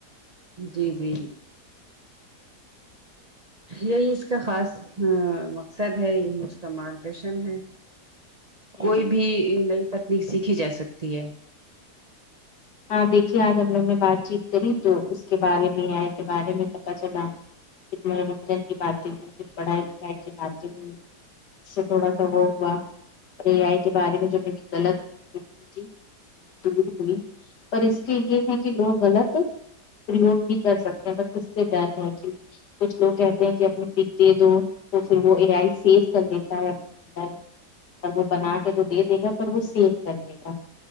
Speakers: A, on the right (about 35°); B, on the left (about 85°).
A: جی جی یہی اس کا خاص مقصد ہے یہی اس کا مارگدرشن ہے کوئی
B: ہ
A: بھی نئی تکنیک سیکھی جا سکتی ہے
B: ہاں دیکھیے آج ہم لوگ نے بات چیت کری تو اس کے بارے میں اے آیئ کے بارے میں پتہ چلا کف منورنجن کی باتیں ہوئیں کف پڑھائی لکھائی کی باتیں ہوئی اس سے تھوڑا سا وہ ہوا اے آئی کے بارے میں جو غلط تھی بلکل پر اس کے یہ ہے کہ لوگ غلط ہے پریوگ بھی کر سکتے ہیں بس اس سے ڈر ہے کہ کچھ لوگ کہتے ہیں کہ اپنے پک دے دو تو پھر وہ اے آئی سیف کر لیتا ہے اندر اور وہ بنا کے تو دے دے گا پر وہ سیو کر لے گا